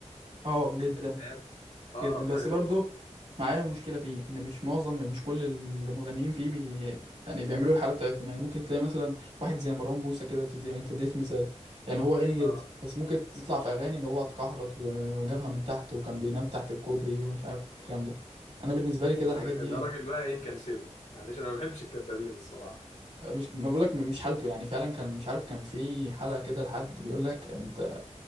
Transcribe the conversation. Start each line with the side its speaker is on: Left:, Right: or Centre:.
Right: اه جدا
Left: الراب أقرب
Right: جدا بس
Left: حاجة
Right: برضو
Left: للواقع
Right: معايا مشكلة فيه إن مش معظم مش كل المغنيين فيه بي يعني بيعملوا الحالة بتاعتهم يعني ممكن تلاقي مثلا واحد زي مروان موسى كده بتدي أنت اديت مثال يعني هو غني جدا
Left: اه
Right: بس ممكن تطلع في أغاني إن هو اتكحرت وجابها من تحت وكان بينام تحت الكوبري ومش عارف الكلام ده أنا بالنسبة لي كده
Left: لا
Right: الحاجات
Left: ده,
Right: دي
Left: ده راجل بقى ايه نكنسله معلش انا ما بحبش الكدابين الصراحه
Right: مش ما بقولك مش حالته يعني فعلا كان مش عارف كان في حلقة كده لحد بيقول لك أنت